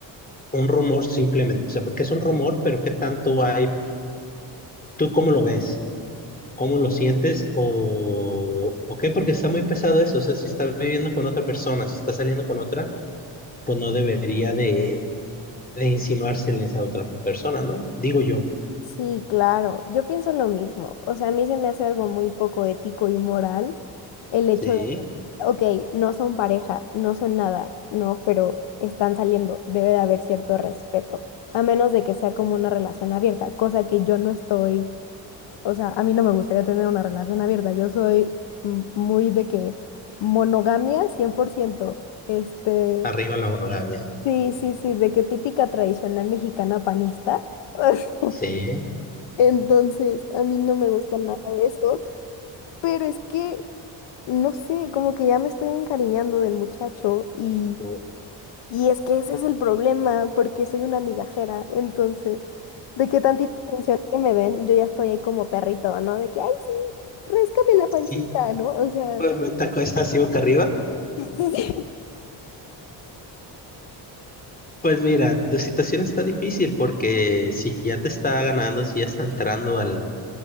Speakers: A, on the left; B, on the left.
A: un rumor simplemente? O sea, porque es un rumor, pero qué tanto hay, ¿tú cómo lo ves? ¿Cómo lo sientes? ¿O, o qué? Porque está muy pesado eso, o sea, si está viviendo con otra persona, si está saliendo con otra, pues no debería de, de insinuárseles a otra persona, ¿no? Digo yo,
B: Sí, claro, yo pienso lo mismo. O sea, a mí se me hace algo muy poco ético y moral el hecho
A: sí,
B: de que, ok, no son pareja, no son nada, ¿no? Pero están saliendo, debe de haber cierto respeto, a menos de que sea como una relación abierta, cosa que yo no estoy, o sea, a mí no me gustaría tener una relación abierta, yo soy mm, muy de que monogamia 100% este,
A: arriba la monogamia,
B: sí, sí, sí, de que típica tradicional mexicana panista. <laughs>
A: sí,
B: Entonces, a mí no me gusta nada de eso, pero es que, no sé, como que ya me estoy encariñando del muchacho y,
A: o-
B: y es que ese es el problema, porque soy una migajera, entonces, de que tantita atención que me den, yo ya estoy ahí como perrito, ¿no? De que, ay, sí, ráscame la pancita,
A: sí,
B: ¿no? O sea,
A: pues me tacó esta así boca arriba.
B: sí, sí, sí.
A: Pues mira, tu situación está difícil porque si ya te está ganando, si ya está entrando al,